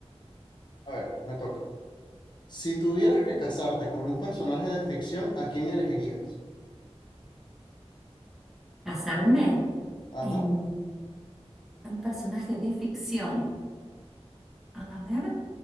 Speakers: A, on the left; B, in the centre.
A: A ver, me toca. Si tuvieras que casarte con un personaje de ficción, ¿a quién elegirías?
B: Casarme,
A: Ajá.
B: em, un personaje de ficción. A ver,